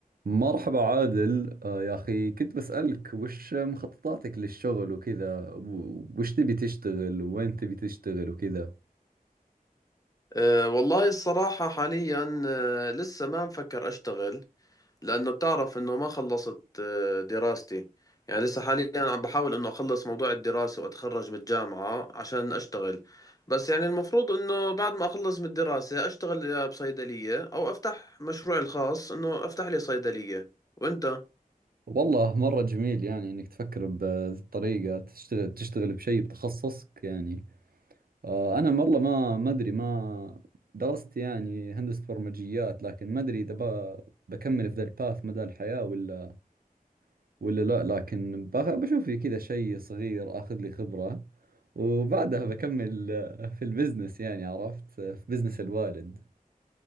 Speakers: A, on the right (about 75°); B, on the left (about 25°).
A: مرحبا عادل آه يا أخي كنت بسألك وش مخططاتك للشغل وكذا و- وش تبي تشتغل وين تبي تشتغل وكذا
B: أه والله الصراحة حاليا أه لسه ما مفكر أشتغل لأنه بتعرف إنه ما خلصت أه دراستي يعني لسه حاليا عم بحاول إنه أخلص موضوع الدراسة وأتخرج من الجامعة عشان أشتغل بس يعني المفروض إنه بعد ما أخلص من الدراسة أشتغل يا بصيدلية أو أفتح مشروعي الخاص إنه أفتح لي صيدلية وأنت
A: والله مرة جميل يعني إنك تفكر بطريقة تشتغل تشتغل بشيء بتخصصك يعني آه أنا والله ما ما أدري ما درست يعني هندسة برمجيات لكن ما أدري إذا ب- بكمل في ذا الباث مدى الحياة ولا ولا لا لكن بأخ- بشوف لي كذا شيء صغير اخذ لي خبرة وبعدها بكمل آه، في البزنس يعني عرفت آه، في بزنس الوالد